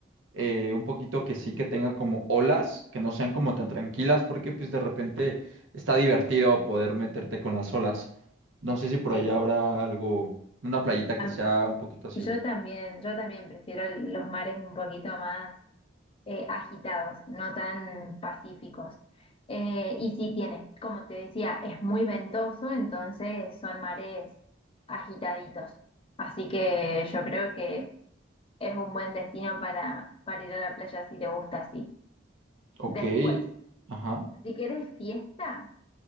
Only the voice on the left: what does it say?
Sí,
a
m-
yo también, yo también prefiero el- los mares un poquito más eh, agitados, no tan pacíficos. Eh, y sí tiene, como te decía, es muy ventoso, entonces son mares agitaditos. Así que yo creo que es un buen destino para, para ir a la playa si te gusta así.
Después,
si querés fiesta.